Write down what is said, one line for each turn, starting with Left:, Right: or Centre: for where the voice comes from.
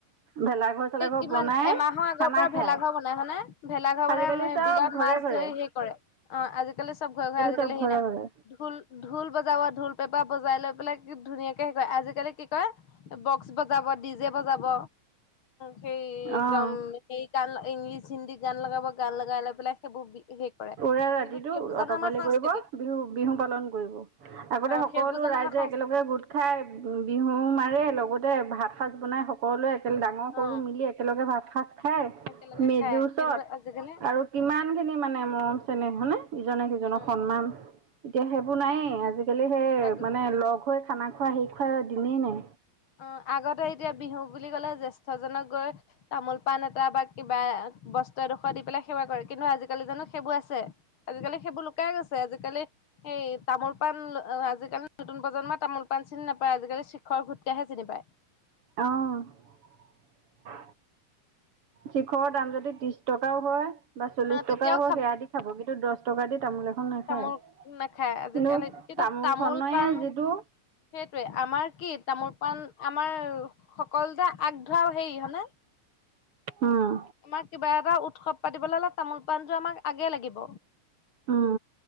Right: ভেলাঘৰ চেলাঘৰ
Left: কিমান,
Right: বনাই
Left: এমাহৰ আগৰ
Right: খানা
Left: পৰা
Right: খায়।
Left: ভেলাঘৰ বনাই হয়নে, ভেলাঘৰ বনাই
Right: আজিকালি চব
Left: বিলত মা
Right: ঘৰে
Left: মাছ
Right: ঘৰে
Left: ধৰি হেৰি কৰে, অ', আজিকালি চব ঘৰে ঘৰে আজিকালি
Right: চব
Left: হেৰি
Right: ঘৰে
Left: নাই,
Right: ঘৰে
Left: ঢোল-ঢোল বজাব ঢোল পেপা বজাই লৈ পেলাই কি ধুনীয়াকে হেৰি কৰে, আজিকালি কি কৰে, বক্স বজাব, ডি জে বজাব সেই একদম
Right: অ'।
Left: সেই গান ইংলিছ হিন্দী গান লগাব, গান লগাই লৈ পেলাই সেইবোৰ হেৰি কৰে
Right: ওৰে ৰাতিটো
Left: কিন্তু সেইবোৰ জানো
Right: অতপালি
Left: আমাৰ সংস্কৃতি
Right: কৰিব, বিহু-বিহু পালন কৰিব, আগতে
Left: অ
Right: সকলো
Left: সেইবোৰ জানো
Right: ৰাইজ
Left: আমাৰ
Right: যে
Left: সংস্কৃতি
Right: একেলগে গোট খাই, উ বিহু মাৰে, লগতে ভাত সাঁজ বনাই সকলোৱে একেল-ডাঙৰ সৰু
Left: অ
Right: মিলি একেলগে ভাত সাঁজ খাই
Left: একেলগে
Right: মেজিৰ
Left: খাই
Right: ওচৰত,
Left: কিন্তু আজিকালি
Right: আৰু কিমান খিনি মানে মৰম হয়নে, ইজনে সিজনক
Left: উম
Right: সন্মান, এতিয়া সেইবোৰ নাইয়েই, আজি আজিকালি সেই
Left: আগ
Right: মানে লগ হৈ খানা খোৱা হেৰি খোৱা দিনেই নাই।
Left: অ', আগতে এতিয়া বিহু বুলি ক'লে জ্যেষ্ঠজনক গৈ তামোল পাণ এটা বা কিবা বস্ত্ৰ এডোখৰ দি পেলাই সেৱা কৰে, কিন্তু আজিক আজিকালি জানো সেইবোৰ আছে, আজিকালি সেইবোৰ লুকাই গৈছে, আজিকালি এই তামোল পাণ, আজিকালি নতুন প্ৰজন্মই তামোল পা পাণ চিনি নাপায়, আজিকালি শিখৰ গুটখাহে চিনি পায়।
Right: অ' শিখৰৰ দাম যদি ত্ৰিশ টকাও হয় বা চল্লিশ
Left: অ
Right: টকা
Left: তেতিয়াও
Right: হয় সেয়া দি খাব, কিন্তু দচ টকা দি তামোল এখন নাখায়
Left: তামোল নাখায়, আজিকালি
Right: কিন্তু
Left: কিন্তু তামোল
Right: খনেৰে
Left: পাণ
Right: যিটো
Left: সেইটোৱে, আমাৰ কি তামোল পাণ আমাৰ সকলোতে আগ ধৰা আৰু হেৰি হয়নে?
Right: উম
Left: আমাৰ কিবা এটা উৎসৱ পাতিবলৈ হ'লে তামোল মুলটো আমাক আগে লাগিব।
Right: উম